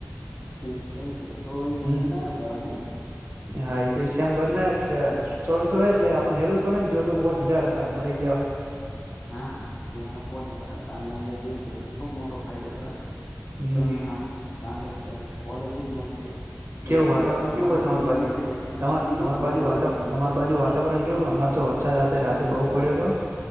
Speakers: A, on the left; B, on the right.
A: તેવીસ ચોવીજો તો
B: હમ
A: એમાં સારું કેવાય નઈ
B: હા, એ તો વિશંભર ના ત ચોઈસો હો એટલે આપણ હેલું જ પડેને જઓ તો પોચ હજાર હતા મરી ગયા હોય,
A: હા, ત્યાં પહોંચ હતા અહંયા તેવી છે, એટલે ખુબ મોટો ફાયદો કેવાય
B: હમ
A: તમનેં સ્કોલરશીપ મળશે,
B: કેવું
A: એ અલગથી
B: વાતાવરણ
A: એટલે તમારો
B: કેવું હોય તમારી
A: ખર્ચો
B: બાજુ
A: નીકળી જશે તમે
B: તમાર
A: ફ્રીમાં
B: તમાર
A: ભણ્યો
B: બાજુ વાતા
A: એવું તમને
B: તમાર
A: થશે,
B: બાજુ વાતાવરણ કેવું અમારે તો વરસાદ આ રાતે બહુ પડ્યો હતો,